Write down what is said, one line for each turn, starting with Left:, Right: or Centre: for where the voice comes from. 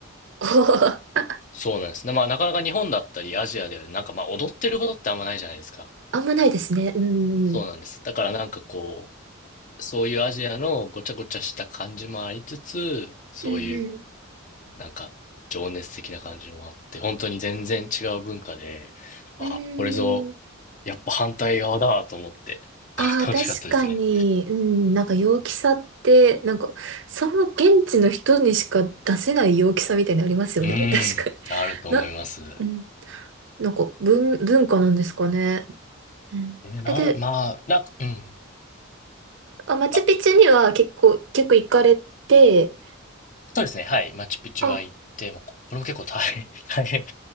Right: <laughs> おー、
Left: そうなんですね。まあなかなか日本だったりアジアではなんかまあ踊ってることってあんまないじゃないですか。
Right: あんまないですね。うんうん。
Left: そうなんです。だからなんかこう、そういうアジアのごちゃごちゃした感じもありつつ、そういう
Right: うん
Left: なんか情熱的な感じもあって、本当に全然違う文化で、あ、
Right: うん。うーん。
Left: これぞ、やっぱ反対側だと思って、
Right: ああ、
Left: <laughs> とっても楽しかったですね。
Right: 確かに。うん。なんか陽気さって、なんか、その現地の人にしか出せない陽気さみたいなのありますよね。
Left: うん、
Right: 確かに。
Left: あると思います。
Right: な、うん。なんか文、文化なんですかね。うん。
Left: えーな、
Right: え、で、
Left: まあ、なんか、うん。
Right: まあ、マチュピチュには結構、
Left: あ、
Right: 結構行かれて、
Left: そうですね。はい。マチュピチュは行って、
Right: あ、
Left: まあここれも結構大変、<laughs> 大変、